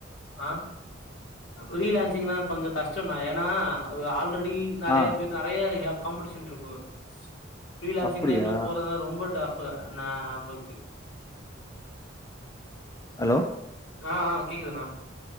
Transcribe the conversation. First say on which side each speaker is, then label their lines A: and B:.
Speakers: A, on the left; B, on the left.
A: அ ஃப்ரீலான்சிங்னா கொஞ்சோ கஷ்டோன்னா ஏன்னா அவர் ஆல்ரெடி அப்டி நறைய
B: ஆ
A: பேர்த் நறைய இங்க காம்படிஷன்ருக்கு ஃப்ரீலான்சிங்னா
B: அப்படியா?
A: இன்னும் போறதுனா ரொம்ப டஃப் ப நா புக்கு
B: அலோ
A: ஆ ஆ கேக்குதுண்ணா